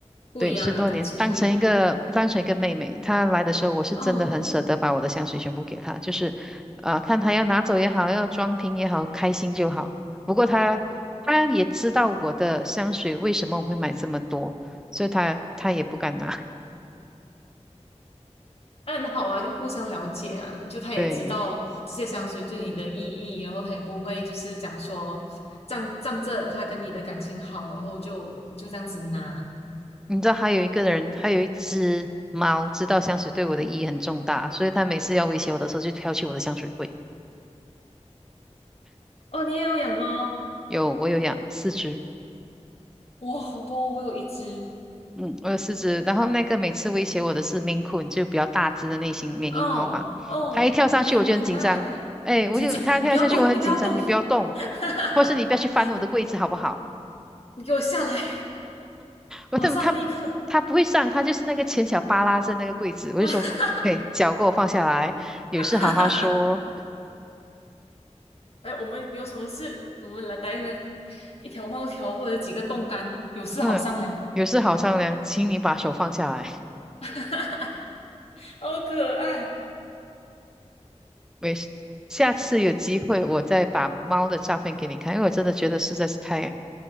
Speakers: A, on the left; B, in the centre.
A: 不一样，
B: 对，十多年，
A: 啊，感情不一样，
B: 当成一个当成一个妹妹，她来的时候，我是真的很舍得把我的香水全部给她，
A: 嗯。
B: 就是，呃，看她要拿走也好，要装瓶也好，开心就好。不过她她也知道我的香水为什么我会买这么多，所以她她也不敢拿。<laughs>
A: 嗯，好啊，就互相了解啊，就他也知道这些香水对你的意义，
B: 对，
A: 然后他也不会就是讲说仗仗着他跟你的感情好，然后就就这样子拿。
B: 你知道还有一个人，还有一只猫，知道香水对我的意义很重大，所以它每次要威胁我的时候，就挑起我的香水柜。
A: 哦，你也有养猫？
B: 有，我有养四只。
A: 哇，好多，我有一只。
B: 嗯，我有四只，然后那个每次威胁我的是 Maine Coon，就比较大只的那型缅因猫嘛。
A: 哦哦，
B: 它一跳上去我就很紧张，
A: 眉毛很大哎，
B: 哎，我就它跳上去我很紧张，
A: 紧张，你不要动，你不要动，
B: 你不要动，
A: <laughs> 哈哈哈，
B: 或是你不要去翻我的柜子好不好？
A: 你你给我下来，马上立刻，
B: 我怎么它它不会上，它就是那个前脚扒拉着那个柜子，我就说，
A: 马上，
B: 嘿，脚给我放下来，有事好好说，
A: <laughs> 哈哈哈哎，我们有什么事，我们来来一个一条猫条或者几个冻干，有事好商量。
B: 嗯，有事好商量，请你把手放下来，
A: <laughs> 好可爱。
B: 没事，下次有机会我再把猫的照片给你看，因为我真的觉得实在是太